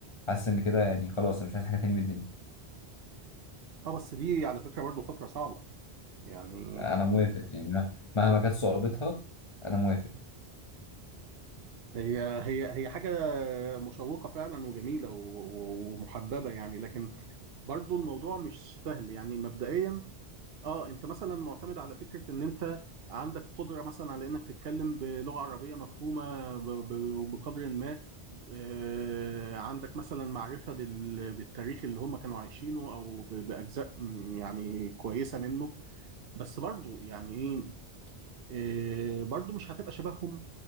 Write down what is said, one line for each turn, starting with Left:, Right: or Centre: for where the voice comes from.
Left: حاسس ان كده يعني خلاص انا مش عايز حاجه تاني من الدنيا
Right: اه بس دي على فكرة برضه فترة صعبة يعني
Left: انا موافق يعني مه- مهما كانت صعوبتها انا موافق
Right: هي هي هي حاجة مشوقة فعلا وجميلة و- ومحببة يعني لكن برضو الموضوع مش سهل يعني مبدئيا اه انت مثلا معتمد على فكرة ان انت عندك قدرة مثلا على انك تتكلم بلغة عربية مفهومة ب- ب- بقدر ما آه، عندك مثلا معرفة بال- بالتاريخ اللي هم كانوا عايشينه او ب- بأجزاء م، يعني كويسة منه بس برضو يعني ايه آه، برضو مش هتبقى شبههم